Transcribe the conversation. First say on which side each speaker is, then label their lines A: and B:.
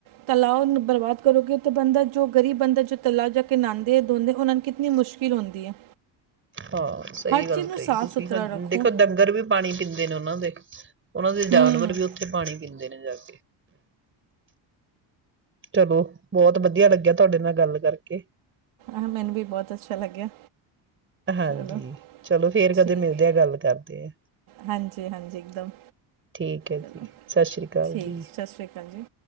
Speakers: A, on the right; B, on the right.
A: ਤਲਾ ਬਰਬਾਦ ਕਰੋਗੇ ਤਾਂ ਬੰਦਾ ਜੋ ਗ਼ਰੀਬ ਬੰਦਾ ਜੋ ਤਲਾ ਜਾ ਕੇ ਨਹਾਉਂਦੇ ਧੋਂਦੇ ਉਹਨਾਂ ਨੂੰ ਕਿਤਨੀ ਮੁਸ਼ਕਿਲ ਹੁੰਦੀ ਹੈ।
B: ਹਾਂ ਸਹੀ
A: ਹਰ
B: ਗੱਲ
A: ਚੀਜ਼ ਨੂੰ
B: ਕਹੀ
A: ਸਾਫ਼
B: ਤੁਸੀਂ
A: ਸੁਥਰਾ
B: ਹਾਂ
A: ਰੱਖੋ
B: ਦੇਖੋ ਡੰਗਰ ਵੀ ਪਾਣੀ ਪੀਂਦੇ ਨੇ ਉਹਨਾਂ ਦੇ। ਉਹਨਾਂ ਦੇ
A: ਹੂੰ
B: ਜਾਨਵਰ ਵੀ ਉੱਥੇ ਪਾਣੀ ਪੀਂਦੇ ਨੇ ਜਾ ਕੇ ਚਲੋ ਬਹੁਤ ਵਧੀਆ ਲੱਗਿਆ ਤੁਹਾਡੇ ਨਾਲ ਗੱਲ ਕਰਕੇ।
A: ਆਹ ਮੈਨੂੰ ਵੀ ਬਹੁਤ ਅੱਛਾ ਲੱਗਿਆ।
B: ਹਾਂਜੀ
A: ਚਲੋ
B: ਚਲੋ ਫੇਰ ਕਦੇ
A: ਠੀਕ
B: ਮਿਲਦੇ ਆਂ ਗੱਲ ਕਰਦੇ ਆ,
A: ਹਾਂਜੀ ਹਾਂਜੀ ਇੱਕਦਮ
B: ਠੀਕ ਹੈ ਜੀ
A: ਚਲੋ
B: ਸਤਿ ਸ਼੍ਰੀ ਅਕਾਲ
A: ਠੀਕ
B: ਜੀ।
A: ਸਤਿ ਸ਼੍ਰੀ ਅਕਾਲ ਜੀ